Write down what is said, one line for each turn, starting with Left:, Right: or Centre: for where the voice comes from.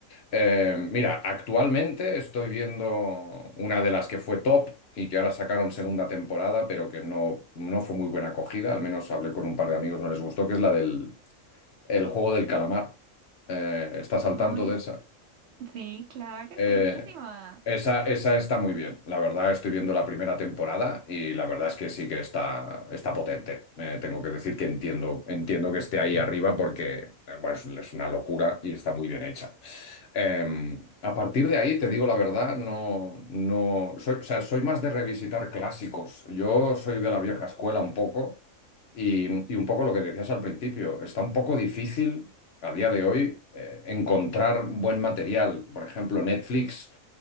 Left: Eh, mira, actualmente estoy viendo una de las que fue top y que ahora sacaron segunda temporada, pero que no, no fue muy buena acogida, al menos hablé con un par de amigos, no les gustó, que es la del El juego del calamar. Eh, ¿estás al
Right: No,
Left: tanto
Right: y
Left: de
Right: es-
Left: esa?
Right: sí, claro, es
Left: Eh,
Right: buenísima.
Left: esa, esa está muy bien. La verdad, estoy viendo la primera temporada y la verdad es que sí que está, está potente. Eh, tengo que decir que entiendo, entiendo que esté ahí arriba porque eh, bueno, es, es una locura y está muy bien hecha. Eh, a partir de ahí, te digo la verdad, no, no soy, o sea, soy más de revisitar clásicos. Yo soy de la vieja escuela un poco. Y, y un poco lo que decías al principio, está un poco difícil a día de hoy, eh, encontrar buen material, por ejemplo, Netflix,